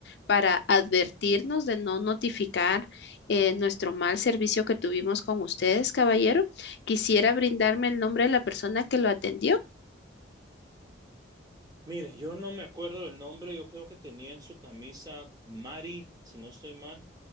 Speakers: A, on the left (about 60°); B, on the right (about 20°).
A: para advertirnos de no notificar eh, nuestro mal servicio que tuvimos con ustedes, caballero. Quisiera brindarme el nombre de la persona que lo atendió.
B: Mire, yo no me acuerdo del nombre, yo creo que tenía en su camisa Mari, si no estoy mal.